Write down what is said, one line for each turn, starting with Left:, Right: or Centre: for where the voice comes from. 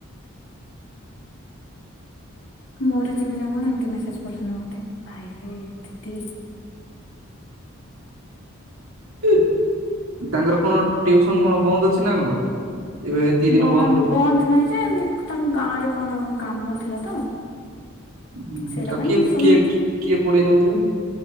Left: ମରିଯିବି ନା କଣ ଏମିତି ମେସେଜ କରିଛନ୍ତି ମତେ ଭାଇରେ ଦିଦି।
Right: ତାଙ୍କର କଣ ଟିଉସନ କଣ ବନ୍ଦ ଅଛି ନା କଣ? ଏବେ ଏତିକି ଦିନ
Left: ବନ୍ଦ
Right: କରି
Left: ବନ୍ଦ ନାହିଁ ଯେ ଏମିତି ତାଙ୍କ ଗାଁରେ କଣ କାମ ଥିଲା ତ?
Right: ହୁଁ
Left: ସେଇଟା
Right: ଆଉ
Left: ପାଇଁ
Right: କିଏ
Left: ସମ
Right: କିଏ କିଏ ପଢେଇ ଦଉଥିଲେ?